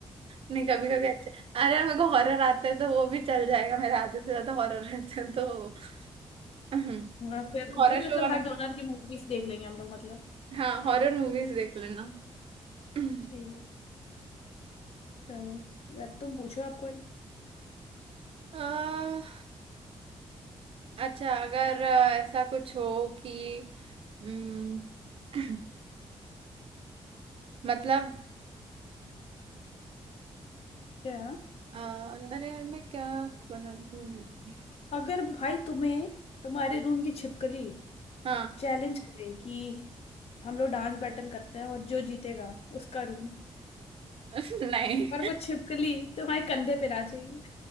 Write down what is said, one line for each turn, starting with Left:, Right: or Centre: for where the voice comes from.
Right: नहीं कभी कभी अच्छा अरे यार, मेरे को हॉरर आते हैं तो वो भी चल जाएगा मेरे आधे से ज्यादा हॉरर रहते हैं तो <laughs> <clears throat>
Left: हाँ, फिर
Right: हॉरर
Left: भाई मतलब
Right: शो बना
Left: हर डोनर की मूवीज देख लेंगे हम लोग मतलब
Right: हाँ हॉरर मूवीज देख लेना <clears throat>
Left: ठीक चलो या तुम पूछो आप कोई
Right: अह, अच्छा अगर अह, ऐसा कुछ हो कि हम्म, <clears throat> मतलब
Left: क्या
Right: अह, अरे यार, मैं क्या बनाने को भूल गई।
Left: अगर भाई तुम्हें तुम्हारे रूम की छिपकली
Right: हाँ
Left: चैलेंज करे कि हम लोग डांस बैटल करते हैं और जो जीतेगा उसका रूम
Right: <laughs> नहीं
Left: पर वो छिपकली तुम्हारे कंधे पे नाचेगी